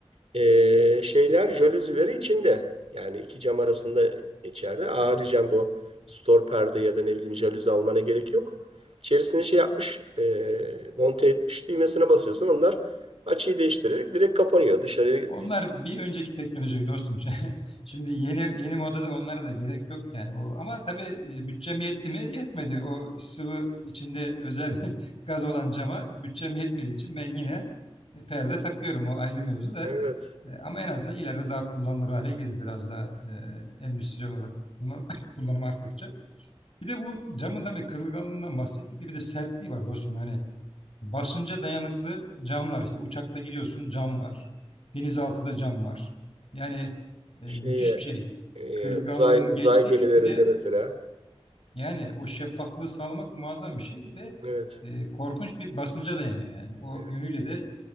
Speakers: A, on the right (about 75°); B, on the left (about 70°).
A: Ee, şeyler jalüzileri içinde. Yani iki cam arasında içeride. Haricen bu stor perde ya da ne bileyim jalüzi almana gerek yok. İçerisine şey yapmış. E, monte etmiş. Düğmesine basıyorsun. Onlar açıyı değiştirerek direkt kapanıyor. Dışarıya
B: Onlar bir önceki teknoloji dostum. <laughs> Şimdi yeni yeni modada onlara da gerek yok yani. O, ama tabii e, bütçem yetti mi? Yetmedi. O sıvı içinde özel <laughs> gaz olan cama bütçem yetmediği için ben yine e, perde takıyorum. O ayrı mevzu da.
A: evet.
B: E, ama en azından ileride daha kullanılır hale gelir. Biraz daha e, endüstriyel olarak kullan, <coughs> <laughs> kullanım arttıkça. Bir de bu camın tabii kırılganlığından bahsettik de bir de sertliği var dostum. Yani Basınca dayanıklı camlar işte uçakta gidiyorsun cam var. Denizaltıda cam var. Yani e,
A: Şeye,
B: müthiş bir şey.
A: e,
B: Kırılganlığını
A: uzay uzay
B: geçtik.
A: gemilerinde
B: Bir de
A: mesela.
B: yani o şeffaflığı sağlamak muazzam bir şey ve
A: Evet.
B: e, korkunç bir basınca dayanıyor yani. O
A: evet.
B: yönüyle de